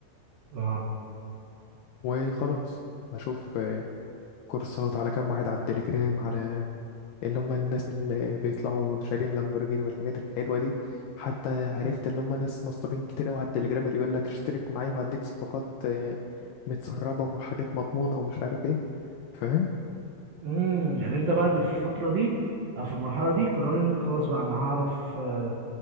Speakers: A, on the right; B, on the left.
A: اه
B: وخلاص اشوف آه، كورسات على كام واحد على التليجرام على اللي هم الناس اللي بيطلعوا شارين لامبورجيني والحاجات الحلوه دي حتى عرفت اللي هم ناس نصابين كتير قوي على التليجرام اللي يقول لك اشترك معايا وهديك صفقات آه، متسربه وحاجات مضمونه ومش عارف ايه فاهم
A: امم يعني انت بقى دي في الفترة دي او في المرحلة دي قرار ان انت خلاص بقى انا هعرف آه